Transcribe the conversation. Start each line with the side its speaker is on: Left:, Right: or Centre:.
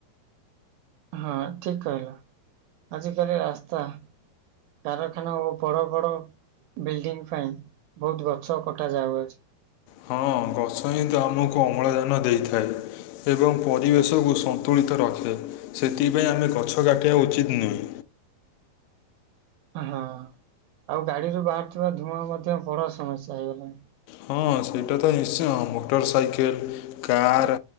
Right: ହଁ ଠିକ୍‌ କହିଲ ଆଜିିକାଲି ରାସ୍ତା କାରଖାନା ଓ ବଡ ବଡ ବିଲ୍ଡିଂ ପାଇଁ ବହୁତ ଗଛ କଟା ଯାଉଅଛି।
Left: ହଁ ଗଛ ହିଁ ତ ଆମକୁ ଅମ୍ଳଜାନ ଦେଇଥାଏ ଏବଂ ପରିବେଶକୁ ସନ୍ତୁଳିତ ରଖେ ସେଥିପାଇଁ ଆମେ ଗଛ କାଟିବା ଉଚିତ୍ ନୁହେଁ।
Right: ହଁ ଆଉ ଗାଡିରୁୁ ବାହାରୁଥିବା ଧୂଆଁ ମଧ୍ୟ ବଡ ସମସ୍ୟା ହେଇଗଲାଣି।
Left: ହଁ ସେଇଟା ତ ନିଶ୍ଚୟ ମୋଟର ସାଇକେଲ କାର୍